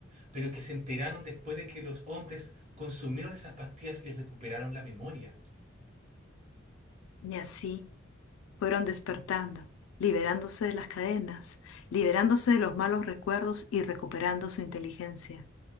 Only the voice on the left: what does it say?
Y así fueron despertando, liberándose de las cadenas, liberándose de los malos recuerdos y recuperando su inteligencia.